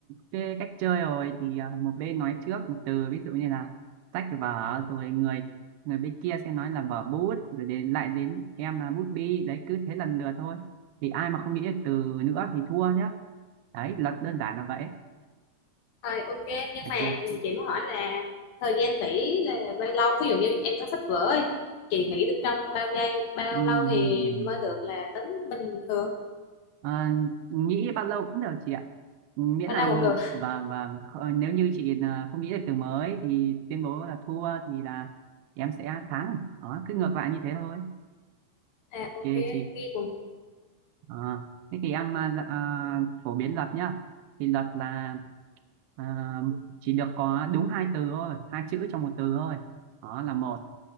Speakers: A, on the right; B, on the left.
A: cái cách chơi rồi thì à, một bên nói trước một từ ví dụ như là sách vở rồi người người bên kia sẽ nói là vở bút rồi đến lại đến em là bút bi đấy cứ thế lần lượt thôi thì ai mà không nghĩ được từ nữa thì thua nhá đấy luật đơn giản là vậy
B: Ờ, ok, nhưng
A: ok
B: mà
A: chị
B: chị muốn hỏi là thời gian nghỉ là bao lâu? Ví dụ như em nó sách vở ấy, chị nghỉ được trong bao giây, bao
A: Ừm.
B: lâu thì mới được là tính bình thường?
A: Ờ, nghĩ bao lâu cũng được chị ạ Ừ, miễn
B: Bao
A: là
B: lâu cũng được.
A: và và kh- nếu như chị là không nghĩ được từ mới thì tuyên bố là thua thì là em sẽ thắng đó cứ ngược lại như thế thôi
B: À,
A: ok
B: ok,
A: chị
B: ghi cùng.
A: Ờ, thế thì em à, dạ, à, phổ biến luật nhá thì luật là à, chỉ được có đúng hai từ thôi hai chữ trong một từ thôi đó là một